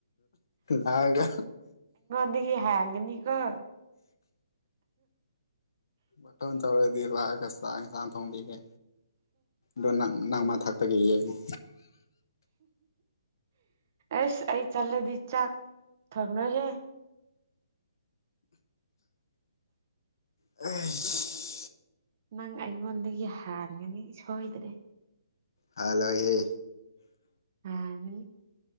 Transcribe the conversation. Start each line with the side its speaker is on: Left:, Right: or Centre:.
Left: ꯂꯒ
Right: ꯀꯗꯤꯗꯒꯤ ꯍꯥꯏꯒꯅꯤ ꯀ
Left: ꯃꯇꯣꯟ ꯇꯧꯔꯗꯤ ꯂꯥꯛꯒ ꯆꯥꯡ ꯁꯥꯡ ꯊꯣꯡꯕꯤꯒꯦ ꯗꯅꯥ ꯅꯪꯃ ꯊꯥꯛꯇꯒꯤ ꯌꯦꯉ
Right: ꯑꯁ ꯑꯩ ꯆꯠꯂꯗꯤ ꯆꯥꯛ ꯊꯣꯡꯅꯣꯏꯍꯦ
Left: ꯑꯩꯁ
Right: ꯅꯪ ꯑꯩꯉꯣꯟꯗꯒꯤ ꯍꯥꯟꯒꯅꯤ ꯁꯣꯏꯗ꯭ꯔꯦ
Left: ꯍꯥꯂꯣꯏꯍꯦ
Right: ꯌꯥꯅꯤ